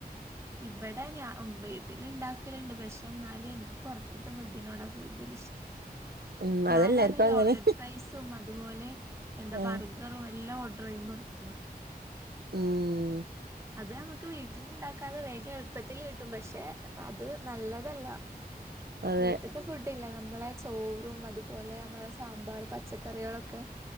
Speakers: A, on the right; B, on the right.
A: ഇവടെ വീട്ടിൽ ഇണ്ടാക്കലുണ്ട് പക്ഷെ എന്നാലും എനിക്ക് പുറത്ത്ത്തെ ഫുഡ്ഡിനോട കൂടുതൽ ഇഷ്ടം
B: ഉം
A: ഞാനാണേല്
B: അതെല്ലാർക്കും
A: ലോഡഡ്
B: അങ്ങനെ
A: ഫ്രൈസും ഇതുപോലെ എന്താ
B: ആ
A: ബർഗറും എല്ലാ ഓർഡർ യ്യും പൊറ്ത്തിന്ന്
B: ഉം
A: അത് നമുക്ക് വീട്ടിലുണ്ടാക്ക ക്കദെ വേഗം എളുപ്പത്തിൽ കിട്ടും പക്ഷെ അത് നല്ലതല്ല
B: അതെ
A: വീട്ടിത്തെ ഫുഡ് ല്ല നമ്മളെ ചോറും അതുപോലെ നമ്മളെ സാമ്പാർ പച്ചക്കറികളൊക്കെ